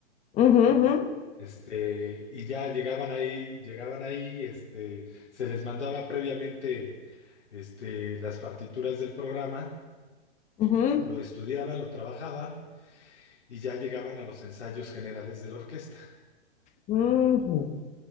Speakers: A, on the left (about 20°); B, on the left (about 75°).
A: ujú, ujú,
B: Este, y ya llegaban ahí, llegaban ahí, este, se les mandaba previamente, este, las partituras del programa,
A: ujú.
B: lo estudiaban, lo trabajaban y ya llegaban a los ensayos generales de la orquesta,
A: Ujú,